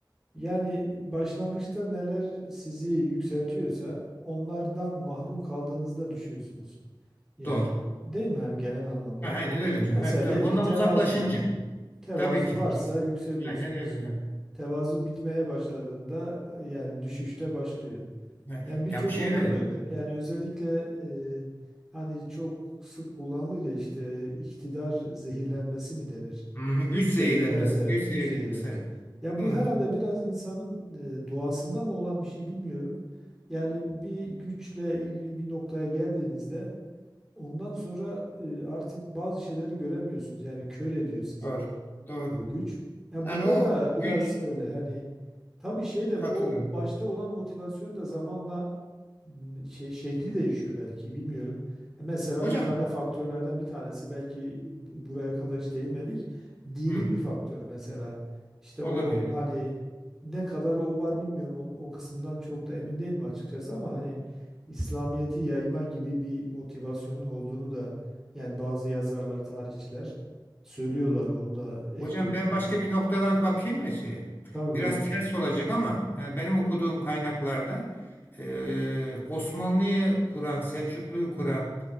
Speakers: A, in the centre; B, on the left (about 25°).
A: Yani başlangıçta neler sizi yükseltiyorsa onlardan mahrum kaldığınızda düşüyorsunuz. Yani
B: doğru.
A: değil mi hani genel anlamda?
B: Ha, aynen öyle hocam.
A: Mesela
B: Evet, evet.
A: diyelim
B: Ondan
A: ki tevazu.
B: uzaklaşınca.
A: Tevazu
B: Tabii ki.
A: varsa
B: kesin.
A: yükseliyorsunuz.
B: Aynen öyle hocam.
A: Tevazu bitmeye başladığında yani düşüşte başlıyor.
B: Ha,
A: Yani birçok
B: Ya bu şeye
A: konuda
B: veriyor.
A: böyle. Yani özellikle e, hani çok sık kullanılır ya işte iktidar zehirlenmesi mi denir?
B: Hı, Güç
A: Güç
B: zehirlenmesi.
A: zehir, evet evet
B: Güç zehirlenmesi.
A: güç zehirlenme.
B: Evet.
A: Ya bu
B: Hı,
A: herhalde biraz insanın e, doğasında mı olan bir şey bilmiyorum. Yani bir güçle ilgili bir noktaya geldiğinizde ondan sonra e, artık bazı şeyleri göremiyorsunuz. Yani kör ediyor sizi
B: doğru.
A: o
B: Doğru.
A: o güç. Ya
B: Yani
A: burada
B: o
A: da
B: güç
A: biraz öyle hani tabii şey de
B: katılıyorum.
A: o başta olan motivasyon da zamanla m- şey, şekli değişiyor belki bilmiyorum. E, Mesela
B: Hocam.
A: bir tane faktörlerden bir tanesi belki buraya kadar hiç değinmedik. Dini
B: Hı.
A: bir faktör mesela. İşte
B: Olabilir.
A: o hani
B: Hı.
A: ne kadar o var bilmiyorum. Onun, o kısmından çok da emin değilim açıkçası ama hani İslamiyet'i yayma gibi bir motivasyonun olduğunu da yani bazı yazarlar, tarihçiler söylüyorlar. Onu da ekliyorlar.
B: Hocam ben başka bir noktadan bakayım mı şeye?
A: Tabii
B: Biraz
A: buyurun
B: ters
A: hocam.
B: olacak ama yani benim okuduğum kaynaklarda e, Osmanlı'yı kuran, Selçuklu'yu kuran